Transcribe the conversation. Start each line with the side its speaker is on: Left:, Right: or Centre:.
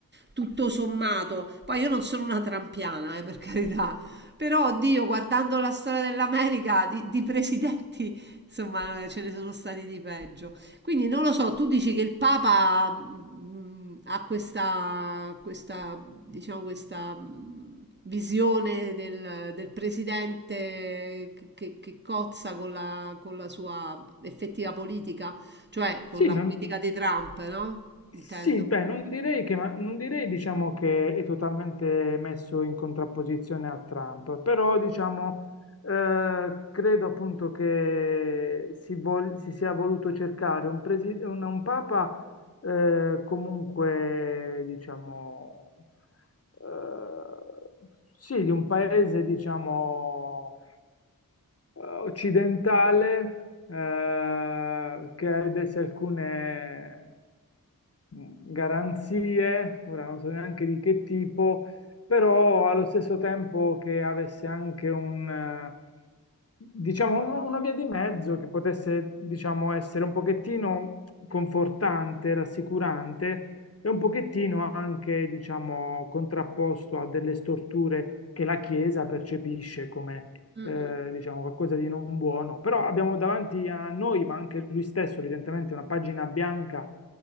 Right: tutto sommato. Poi io non sono una trampiana, eh, per carità. Però, oddio, guardando la storia dell'America, di, di presidenti, insomma, eh, ce ne sono stati di peggio. Quindi non lo so, tu dici che il Papa mh, ha questa, questa, diciamo, questa mh, visione del, del presidente che, che- che cozza con la, con la sua effettiva politica, cioè con
Left: Sì,
Right: la
Left: non-
Right: politica di Trump, no? Intendo.
Left: Sì, beh, non direi che, ma- non direi, diciamo, che è totalmente messo in contrapposizione a Trump, però diciamo, eh, credo appunto che si, vol- si sia voluto cercare un, presi- un- un papa eh, comunque, diciamo, eh, sì, di un paese, diciamo, eh, occidentale eh, che ha desse alcune garanzie, ora non so neanche di che tipo, però allo stesso tempo che avesse anche un, eh, diciamo, un- una via di mezzo che potesse, diciamo, essere un pochettino confortante, rassicurante e un pochettino anche, diciamo, contrapposto a delle storture che la Chiesa percepisce come
Right: Mm,
Left: eh,
Right: mm.
Left: diciamo qualcosa di non buono, però abbiamo davanti a noi, ma anche lui stesso, evidentemente una pagina bianca